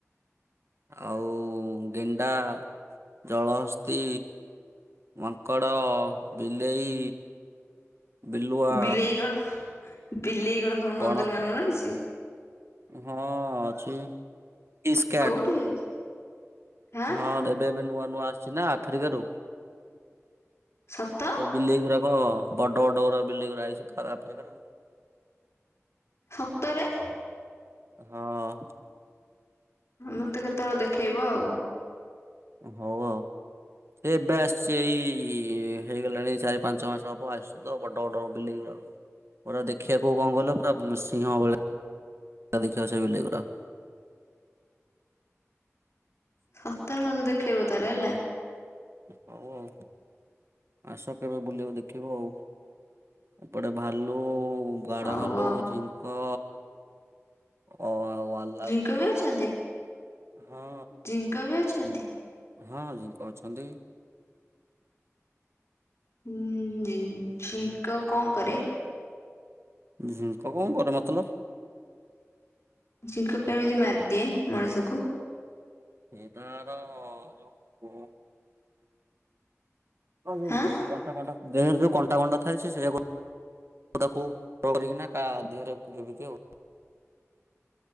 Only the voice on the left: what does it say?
ବିଲେଇ କଣ ବିଲେଇ କଣ ତମର
ନନ୍ଦନକାନନରେ ଅଛି?
କୋଉଠି ଅଛି ହାଁ
ସତ
ସତରେ?
ମତେ କେତବେଳେ ଦେଖେଇବ ଆଉ।
ସତରେ ମତେ ଦେଖେଇବ ତାହେଲେ ହେଲା।
ହଉ
ଆଉ
ଝିଙ୍କ ବି ଅଛନ୍ତି?
ଜିଙ୍କ ବି ଅଛନ୍ତି?
ହୁଁ ଉମ୍ ଝିଙ୍କ କଣ କରେ?
ଝିଙ୍କ କେମତି ମାରିଦିଏ ମଣିଷକୁ?
ହାଁ